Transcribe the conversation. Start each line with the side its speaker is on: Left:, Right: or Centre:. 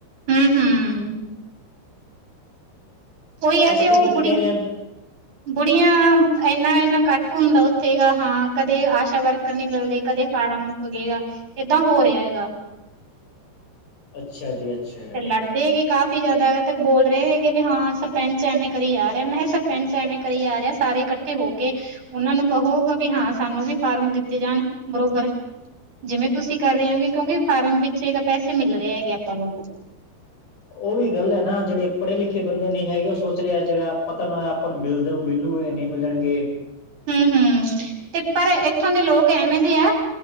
Right: ਹਮ ਹਮ। ਕੋਈ ਹੈ
Left: ਇਸ
Right: ਤੇ
Left: ਕਰਕੇ
Right: ਉਹ
Left: ਤਾਂ
Right: ਬੁੜੀ
Left: ਕਹਿ ਰਿਹਾ
Right: ਬੁੜੀਆਂ ਇਨ੍ਹਾਂ ਇਨ੍ਹਾਂ ਕੱਟ ਹੁੰਦਾ ਉੱਥੇ ਗ ਹਾਂ ਕਦੇ ਆਸ਼ਾ ਵਰਕਰ ਨੀ ਮਿਲਦੇ ਕਦੇ ਫਾਰਮ ਮੁ ਰੁੱਕ ਗਏਗਾ ਏਦਾਂ ਹੋ ਰਿਹਾ ਹੈਗਾ।
Left: ਅੱਛਾ ਜੀ ਅੱਛਾ
Right: ਤੇ ਲੜਦੇ ਹੈਗੇ ਕਾਫੀ ਵੀ ਜ਼ਿਆਦਾ ਤ ਬੋਲ ਰਹੇ ਹੈਗੇ ਵੀ ਹਾਂ ਸਰਪੰਚ ਐਵੇਂ ਕਰੀ ਆ ਰਿਹਾ ਮੈਂ ਕਿਹਾ ਸਰਪੰਚ ਐਵੇਂ ਕਰੀ ਆ ਰਿਹਾ ਸਾਰੇ ਇਕੱਠੇ ਹੋ ਕੇ ਉਹਨਾਂ ਨੂੰ ਕਹੋਗਾ ਵੀ ਹਾਂ ਸਾਨੂੰ ਵੀ ਫਾਰਮ ਦਿੱਤੇ ਜਾਣ ਬਰੋਬਰ। ਜਿਵੇਂ ਤੁਸੀਂ ਕਰ ਰਹੇ ਹੋਗੇ ਕਿਉਂਕਿ ਫਾਰਮ ਵਿੱਚ ਪੈਸੇ ਮਿਲ ਰਹੇ ਹੈਗੇ ਆਪਾਂ ਨੂੰ
Left: ਉਹ ਵੀ ਗੱਲ ਹੈ ਨਾ ਜਿਹੜੇ ਪੜ੍ਹੇ ਲਿਖੇ ਬੰਦੇ ਨਹੀਂ ਹੈਗੇ ਉਹ ਸੋਚ ਰਹਾ ਜਿਹੜਾ ਪਤਾ ਨਾ ਆਪਾਂ ਨੂੰ ਮਿਲਦੇ ਮਿਲੂਗੇ ਨਹੀਂ ਮਿਲਣਗੇ।
Right: ਹਮ ਹਮ ਤੇ ਪਰ ਇੱਥੋਂ ਦੇ ਲੋਕ ਐਵੇਂ ਦੇ ਆ